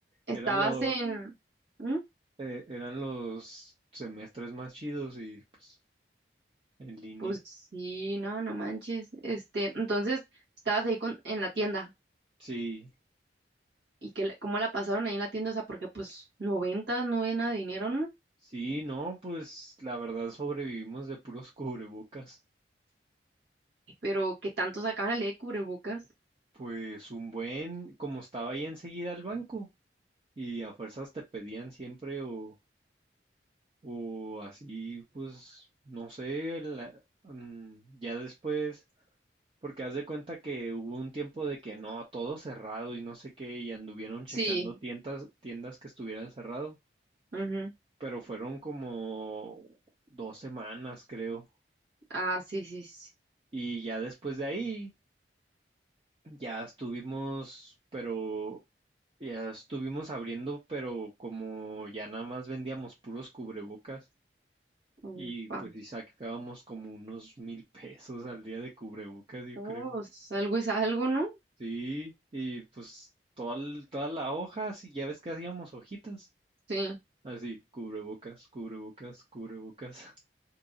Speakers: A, on the right (about 75°); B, on the right (about 30°).
A: Estabas
B: Era lo,
A: en... ¿Mm?
B: eh, eran los semestres más chidos y pues en línea.
A: Pues sí, no, no manches. Este, entonces, estabas ahí con, en la tienda.
B: Sí.
A: ¿Y que cómo la pasaron ahí en la tienda? O sea, porque pues noventas no había nada de dinero, ¿no?
B: Sí, no, pues la verdad sobrevivimos de puros <laughs> cubrebocas.
A: Pero qué tanto sacaban la ley de cubrebocas?
B: Pues un buen, como estaba ahí enseguida el banco y a fuerzas te pedían siempre o, o así, pues no sé, la- mm, ya después, porque haz de cuenta que hubo un tiempo de que no, todo cerrado y no sé qué y anduvieron checando
A: Sí.
B: tiendas, tiendas que estuvieran cerrado,
A: Ujú.
B: pero fueron como dos semanas creo
A: Ah, sí, sí, sí.
B: y ya después de ahí. Ya estuvimos, pero ya estuvimos abriendo, pero como ya nada más vendíamos puros cubrebocas
A: Ufa.
B: y pues sí sacábamos como unos mil pesos al día de cubrebocas, yo
A: Oh,
B: creo.
A: es- algo es algo, ¿no?
B: Sí, y pues toda, l- toda la hoja, sí, ya ves que hacíamos hojitas.
A: Sí.
B: Así, cubrebocas, cubrebocas, cubrebocas. <laughs>